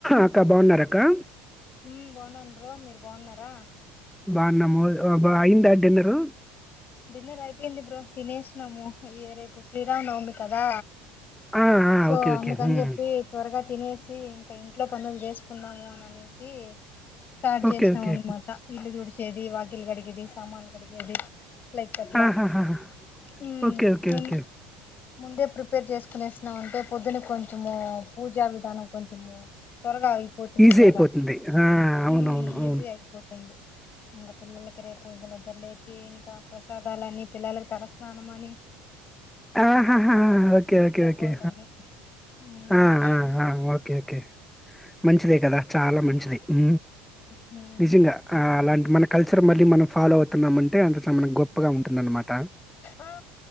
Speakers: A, in the centre; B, on the left.
A: అక్కా బావున్నార అక్కా
B: హ్మ్ బాగున్నాను్రో మీరు బాగున్నారా
A: బావున్నాము బా అయిందా డిన్నరు
B: డిన్నర్ అయిపోయింది బ్రో తినేసినాము ఏరే ఇప్పుడు శ్రీరామ నవమి కదా
A: ఆ ఆ
B: సో
A: ఓకే ఓకే
B: అందుకని
A: ఉమ్.
B: చెప్పి త్వరగా తినేసి ఇంకా ఇంట్లో పనులు చేసుకున్నాము అని అనేసి స్టార్ట్
A: ఓకే
B: చేసాం
A: ఓకే
B: అన్నమాట ఇల్లు తుడిచ్ ఏది వాకిలి కడిగేది సామాన్ కడిగేది లైక్ అట్లా
A: ఆహాహా
B: ఉమ్
A: ఓకే ఓకే ఓకే
B: ముందే ప్రిపేర్ చేసుకునేసినామంటే పొద్దున్న కొంచము పూజా విధానం కొంచెము త్వరగా అయిపోతుంది
A: ఈజీ
B: కదా
A: అయిపోతుంది ఆ అవునవును
B: ఈఈజీ
A: అవును అవును
B: అయిపోతుంద ఇంక పిల్లలకి రేపు ఇంక నిద్ర లేచి ఇంకా ప్ర సాదాలని పిల్లలకు తలస్నానమని
A: ఆహాహాహా ఓకే ఓకే ఓకే
B: బోల్డని హ్మ్
A: ఆ ఆఆఓకే ఓకే మంచిదే కదా చాలా మంచిది ఉ
B: హ్మ్
A: నిజంగా ఆ అలాంటి మనక్ కల్చర్ మళ్ళీ మనం ఫాలో అవుతున్నామంటే అంత చానా మన గొప్పగా ఉంటుందనమాట.
B: ఆ